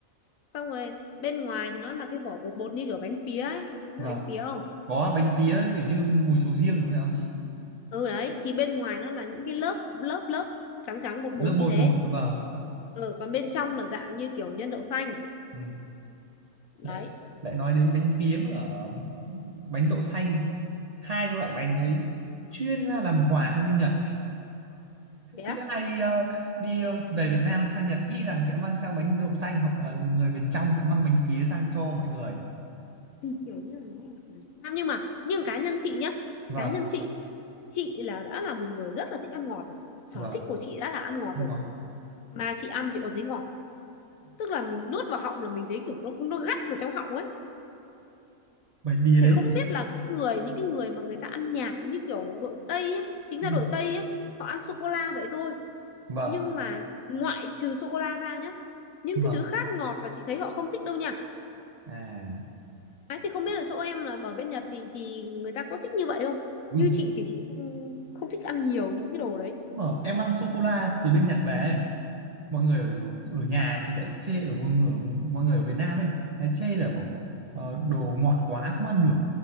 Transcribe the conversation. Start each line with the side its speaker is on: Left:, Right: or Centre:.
Left: xong rồi bên ngoài thì nó là cái vỏ bột bột như kiểu bánh pía ấy biết
Right: vâng
Left: bánh pía không
Right: có bánh pía kiểu như mùi sầu riêng phải không chị
Left: ừ đấy thì bên ngoài nó là những cái lớp lớp lớp trắng trắng bột bột
Right: lớp
Left: như
Right: bột
Left: thế
Right: bột vâng
Left: ừ, còn bên trong là dạng như kiểu nhân đậu xanh
Right: ừ.
Left: đấy
Right: lại lại nói đến bánh pía mà ở bánh đậu xanh hai cái loại bánh đấy chuyên ra làm quà sang bên Nhật
Left: thế
Right: cứ
Left: á.
Right: ai đi, ờ, đi ờ, về Việt Nam sang Nhật y rằng sẽ mang theo bánh đậu xanh hoặc là người miền trong sẽ mang bánh pía sang cho mọi người
Left: Ừ, kiểu như là nó là đặc sản Việt Nam nhưng mà nhưng cá nhân chị nhá
Right: vâng
Left: cá nhân chị chị là đã là một người rất là thích ăn ngọt rồi sở
Right: vâng
Left: thích của chị đã là ăn ngọt
Right: ăn
Left: rồi
Right: ngon
Left: mà chị ăn chị còn thấy ngọt tức là mình nuốt vào họng là mình thấy kiểu nó nó gắt vào trong họng ấy
Right: bạch bia
Left: thì
Right: đấy
Left: không
Right: chị
Left: biết là cái người những cái người mà người ta ăn nhạt như kiểu đội Tây á chính ra
Right: Ừ,
Left: đội Tây á họ ăn sô cô la vậy thôi
Right: vâng
Left: nhưng mà ngoại trừ sô cô la ra nhá những
Right: vâng
Left: cái thứ khác ngọt là chị thấy họ không thích đâu nha
Right: à
Left: ấy thì không biết là chỗ em là ở bên Nhật thì thì người ta có thích như vậy không
Right: ừ.
Left: như chị thì chị không không thích ăn nhiều những cái đồ đấy
Right: mà em mang sô cô la từ bên Nhật về ấy. mọi người ở, ở nhà thì lại chê ở, ở mọi người ở Việt Nam ấy là chê là bỏ
Left: Ừ.
Right: ờ, đồ ngọt quá không ăn được